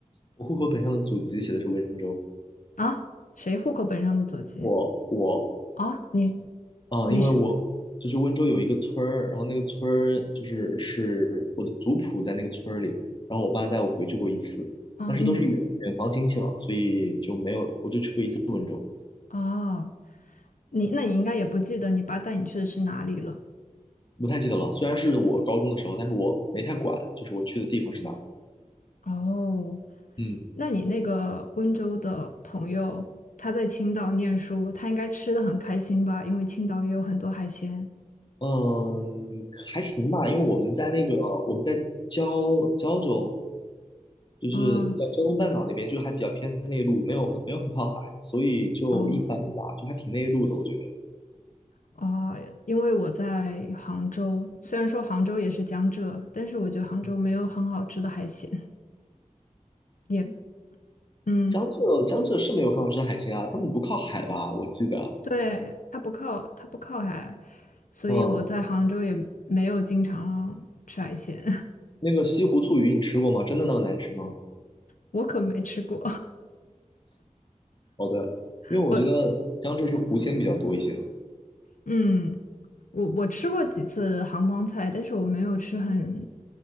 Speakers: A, on the left; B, on the left.
A: 我户口本上的祖籍写的是温州。
B: 啊，谁户口本上的祖籍？
A: 我我
B: 啊，你
A: 啊，
B: 你是
A: 因为我就是温州有一个村儿，然后那个村儿就是是我的族谱在那个村儿里，然后我爸带我回去过一次，
B: 啊，
A: 但是都是远远房亲戚了，
B: 你
A: 所以就没有，我就去过一次温州，
B: 啊，你那你应该也不记得你爸带你去的是哪里了。
A: 不太记得了。虽然是我高中的时候，但是我没太管，就是我去的地方是哪儿。
B: 哦，
A: 嗯
B: 那你那个温州的朋友，他在青岛念书，他应该吃的很开心吧？因为青岛也有很多海鲜。
A: 嗯，还行吧，因为我们在那个我们在胶胶州，就是在胶东半岛那边，
B: 啊
A: 就还比较偏内陆，没有很没有很靠海，所以就一般吧，
B: 哦，
A: 就还挺内陆的，我觉得。
B: 啊，因为我在杭州，虽然说杭州也是江浙，但是我觉得杭州没有很好吃的海鲜，
A: 嗯
B: 也，嗯，
A: 江浙江浙是没有很好吃的海鲜啊，他们不靠海吧？我记得，
B: 对，它不靠它不靠海，所以我在杭州也没有经常吃海鲜，
A: 嗯，那个西湖醋鱼你吃过吗？真的那么难吃吗？
B: <laughs> 我可没吃过，
A: 好的，
B: <laughs>
A: 因为我觉得江浙是湖鲜比较多一些。
B: 我，嗯，我我吃过几次杭帮菜，但是我没有吃很